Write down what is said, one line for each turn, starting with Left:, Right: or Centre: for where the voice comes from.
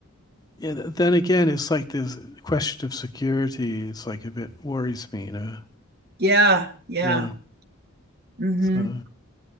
Left: yeah, th- then again, it's like this question of security. It's like a bit worries me, you know.
Right: Yeah, yeah.
Left: Yeah.
Right: hmm
Left: So